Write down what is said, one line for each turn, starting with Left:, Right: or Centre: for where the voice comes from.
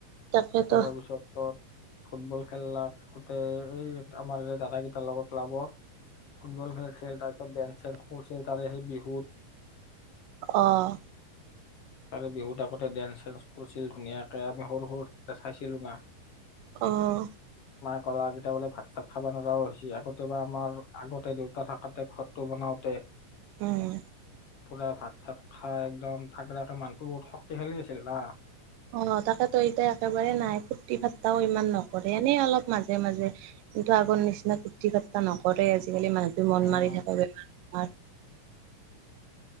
Right: তাকেতো
Left: তাৰ পিছত ত- ফুটবল খেলোতে এই আমাৰ দাদা কেইটাৰ লগত ক্লাবৰ- ফুটবল খেলছিল তাৰপিছত ডেন্স চেন্স কৰিছিল তাৰে সেই বিহুত-
Right: অঁ।
Left: তাৰে বিহুত আগতে ডেন্স চেন্স কৰিছিল ধুনীয়াকে আমি সৰু সৰু চাইছিলো না।
Right: আহ।
Left: গেইতি বোলে ভাত চাত খাব নোৱাৰাও হৈছে। আগতে বা আমাৰ আগতে দেউতা থাকতে ঘৰটো বনাওঁতে-
Right: উম।
Left: পুৰা ভাত চাত খাই একদম থাকডে মানুহটো বহুত শক্তিশালী আছিল ন।
Right: অ তাকেতো এতিয়া একেবাৰে নাই ফূৰ্তি ফাৰ্তাও ইমান নকৰে, এনেই অলপ মাজে মাজে। কিন্তু আগৰ নিচিনা ফূৰ্তি ফাৰ্তটা নকৰে আজিকালি মানুহ- মন
Left: উম
Right: মাৰি থাক যে বেমাৰ।